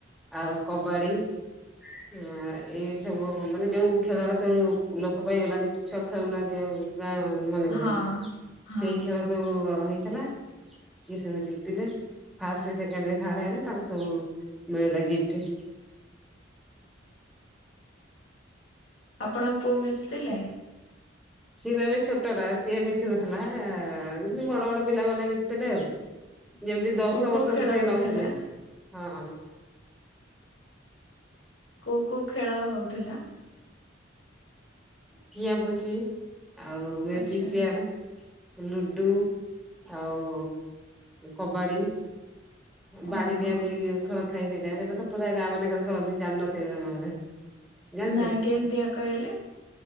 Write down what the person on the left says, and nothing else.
ହଁ ହଁ
ଆପଣଙ୍କ ପୁଅ ମିଶିଥିଲେ?
କୋଉ କୋଉ
ଖେଳ
ହଉଥିଲା
କୋଉ କୋଉ ଖେଳ ହଉଥିଲା?
ଆଚ୍ଛା
ଓହୋ।
ନା କେମିତିଆ କହିଲେ?